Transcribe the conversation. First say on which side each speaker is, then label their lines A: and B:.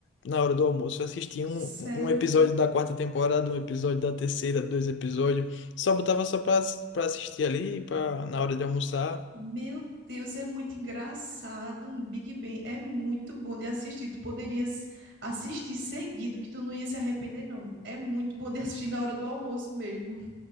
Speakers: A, on the left; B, on the right.
A: na hora do almoço. Eu assisti
B: Sério?
A: um, um episódio da quarta temporada, um episódio da terceira, dois episódios. Só botava só pra, pra assistir ali, pra, na hora de almoçar.
B: Meu Deus, é muito engraçado. Big Bang é muito bom de assistir. Tu poderias assistir seguido, que tu não ia se arrepender, não. É muito bom de assistir na hora do almoço mesmo.